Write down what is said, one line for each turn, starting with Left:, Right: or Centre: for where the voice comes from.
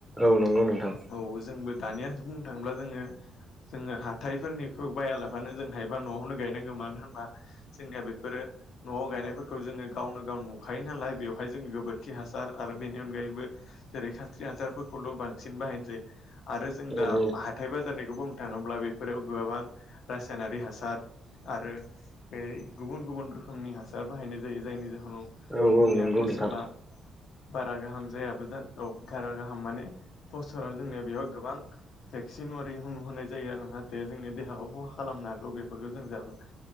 Centre: औ नंगौ नोंथां।
Left: औ जोंबो दानिया बुंनो थाङोब्ला जोङो जोङो हाथायफोरनिखौ बायालाबानो जों हायबा न'आवनो गायनांगौ मानो होनबा जोंनिया बेफोरो न'आव गायनायफोरखौ जोङो गावनो गाव नुखायो नालाय बेवहाय जोङो गोबोरखि हासार आरो बेनि अनगायैबो जेरै खान्स्रि हासारफोरखौल' बांसिन बाहायनाय जायो। आरो जों दा
Centre: औ नंगौ नोंथां औ
Left: हाथाय बाजारनिखौ बुंनो थाङोब्ला बेफोराव गोबां रासायनारि हासार आरो बे गुबुन गुबुन रोखोमनि हासार बाहायनाय जायो जायनि जाहोन
Centre: औ
Left: जोंनिया
Centre: औ नंगौ
Left: फ'सला
Centre: नोंथां
Left: बारा गाहाम जायाबो जा औ बारा गाहाम माने पसोराव जोंनिया बेयाव गोबां भेक्सिन सिनुवारि हुं होनाय जायो आरोना जाहाथे जोंनि देहाखौ खहा खालामनो हागौ बेफोरखौ जों जाब्ला